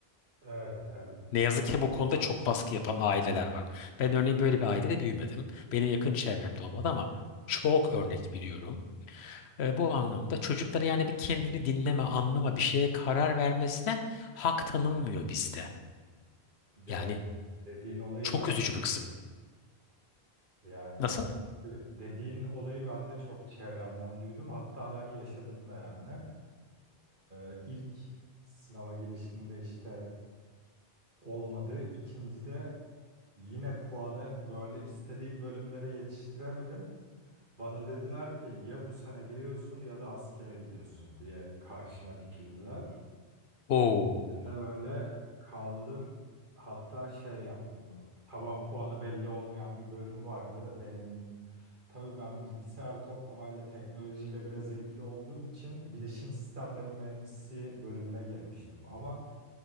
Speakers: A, on the right; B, on the left.
A: Evet, evet.
B: Ne yazık ki bu konuda
A: Maalesef.
B: çok baskı yapan aileler var. Ben örneğin böyle bir ailede büyümedim. Benim yakın çevremde olmadı ama çok örnek biliyorum. E, bu anlamda çocuklara yani bir kendini dinleme, anlama, bir şeye karar vermesine hak tanınmıyor bizde.
A: Ya
B: Yani
A: dediğin olayı
B: çok
A: ben
B: üzücü bir kısım.
A: Yani
B: Nasıl?
A: ne dediğin olayı ben de çok çevremden duydum. Hatta ben yaşadım da yani. Ee, ilk sınava girişimde işte olmadı. İkincide yine puanı böyle istediğim bölümlere yetiştiremedim. Bana dediler ki ya bu sene giriyorsun ya da askere gidiyorsun diye karşıma dikildiler.
B: Oo,
A: Ben de böyle kaldım. Hatta şey yaptım. Tavan puanı belli olmayan bir bölüm vardı. Benim tabii ben bilgisayar toplamayla teknolojiyle biraz ilgili olduğum için bilişim sistemleri mühendisi bölümüne girmiştim. Ama